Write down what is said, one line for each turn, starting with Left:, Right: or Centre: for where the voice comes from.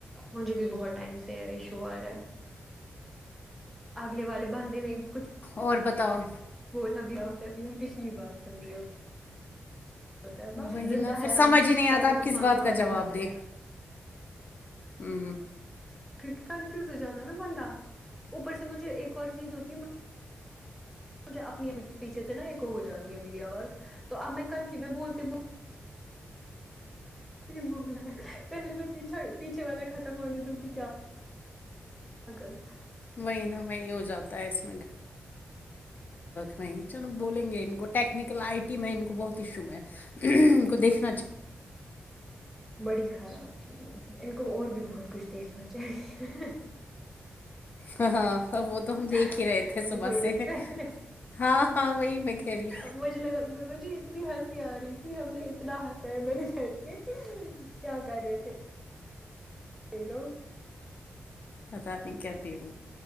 Centre: مجھے بھی بہت ٹائم سے ایشو آ رہا ہے اگلے والے بانندے نہیں کچھ
Left: اور بتاؤ
Centre: بلا ا بھی آتا ہےب ہم پچھلی بات سن رہی ہو س بس
Left: وہی
Centre: زندہ
Left: نا پھر
Centre: ہے
Left: سمجھ
Centre: ہم
Left: ہی نہیں آتا
Centre: کل کے
Left: آپ
Centre: طوفان
Left: کس بات
Centre: کے
Left: کا
Centre: بعد
Left: جواب
Centre: ہم بچ
Left: دیں
Centre: گئے
Left: ہوں
Centre: کیونکہ کنفیوز ہو جاتا ہے نا بندہ اوپر سے مجھے ایک اور چیز ہوتی ہے مجھے اپنی پیچھے سے نا ایک ہو جاتی ہے میری آواز تو اب میں کنفیو میں بولتی بول بولنا پہلے پیچھا پیھے والا کھ ت م نے دک کیا کیا کرو
Left: وہی نا وہی ہو جاتا ہے اس وہ چلو بولیں گے ان کو ٹیکنیکل آئی ٹی میں ان کو بہت ایشو ہے ان کو دیکھ
Centre: بڑی خراب ان کو اور بھی بہت کچھ دیکھنا چاہیے
Left: ہاں ہاں وہ تو ہم دیکھ
Centre: بس
Left: ہی رہے تھے
Centre: ابھی
Left: صبح
Centre: تھوڑی
Left: سے
Centre: دیر پہلے
Left: ہاں ہاں وہی میں کہہ رہی
Centre: مجھے لگا مجھے اتنی ہنسی آ رہی تھی ہم نے اتنا ہنسایا میں نے بیٹھ کے کیا کر رہے تھے ہیلو
Left: پتا نہیں کیا پیوں